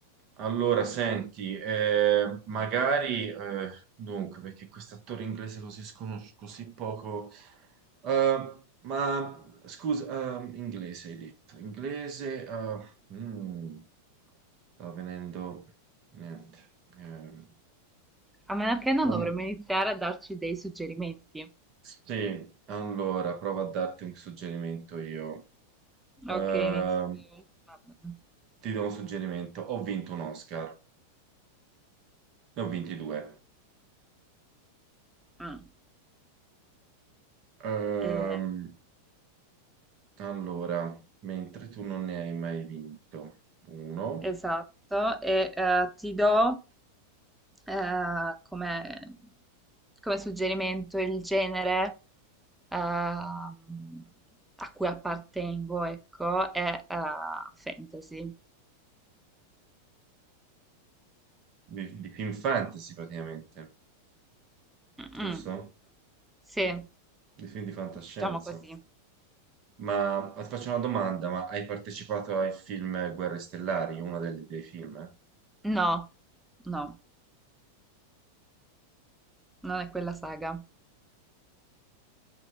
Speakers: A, on the right; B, in the centre.
A: Allora, senti, eh, magari, eh, dunque, perché quest'attore inglese così sconosciuto, così poco, eh, ma scusa, eh, inglese hai detto, inglese, eh, mm, sta venendo, niente, eh,
B: A meno che non
A: um,
B: dovremmo iniziare a darci dei suggerimenti.
A: sì, allora, provo a darti un suggerimento io, Eh,
B: Ok, inizi tu. Va bene.
A: ti do un suggerimento, ho vinto un Oscar, ne ho vinti due,
B: Mm.
A: Ehm,
B: Eh,
A: Allora, mentre tu non ne hai mai vinto uno,
B: Esatto, e eh, ti do eh, come, come suggerimento il genere ehm, a cui appartengo, ecco, è eh, fantasy.
A: di, di film fantasy praticamente, giusto?
B: Mm, sì,
A: Di film di fantascienza.
B: diciamo così.
A: Ma ti faccio una domanda, ma hai partecipato ai film Guerre Stellari, uno del- dei film? eh?
B: No, no, non è quella saga.